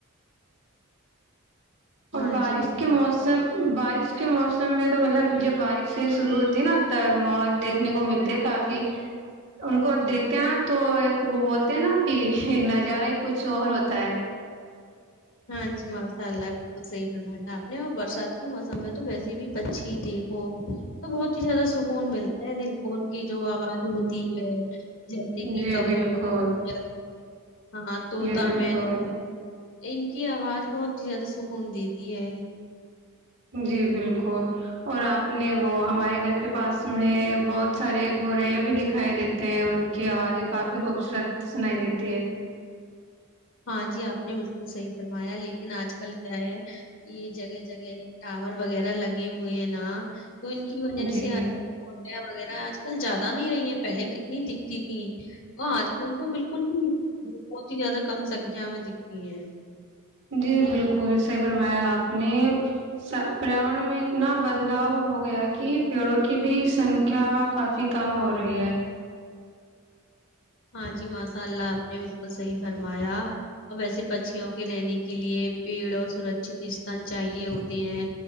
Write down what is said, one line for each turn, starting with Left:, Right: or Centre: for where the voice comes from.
Right: اور
Left: ہاں
Right: بارش
Left: جی بالکل
Right: کے موسم <unintelligible> بارش کے موسم میں تو مطلب جب بارشیں شروع ہوتی نا تب م دیکھنے کو ملتے کافی ان کو دیکھتے ہیں نا تو وہ بولتے ہیں نا کہ ایک نظارہ ہی کچھ اور ہوتا ہے <inaudible>
Left: ہاں جی ماشاء اللہ بالکل صحیح فرمایا آپ نے برسات کے موسم میں تو ویسے بھی <unintelligible> پچھی دیکھو <inaudible> تو بہت ہی زیادہ سکون ملتا ہے دل کو ان کی جو آواز ہوتی ہے جیسے کہ
Right: جی
Left: کبوترر
Right: بالکل
Left: ہاں طوط
Right: جی بالکل
Left: میںل <unintelligible> ان کی آواز بہت ہی زیادہ سکون دیتی ہے
Right: جی بالکل اور آپ نے وہ ہمارے گھر کے پاس میں بہت سارے گوریاں بھی دکھائی دیتے ہیں ان کی آوازیں کافی خوبصورت سنائی دیتی ہے
Left: ہاں جی آپ نے بالکل صحی فرمایا لیکن آج کل کیا ہے یہ جگہ جگہ یہ ٹاور وغیرہ لگے ہوئے ہیں تو ان کی وجہ
Right: جی
Left: سے آج کل وغیرہ <unintelligible> آج کل زیادہ نہیں رہی ہے پہلے ک نہیں دکھتی تھی اور آج کل تو بالکل ہی ٹ ہے <unintelligible> کم سنکھیا میں دکھتی ہیں
Right: جی بالکل سی فرمایا آپ نے پریاورن میں اتنا بدلاؤ ہو گیا کہ پیڑوں کی بھی سنکھیا کافی کم ہو رہی ہے
Left: ہاں جی ماشاء اللہ آپ نے بالکل صحیح فرمایا اور ویسے پچھیوں کے رہنے کے لیے پیڑ اور سرکچت استن چاہیے ہوتے ہیں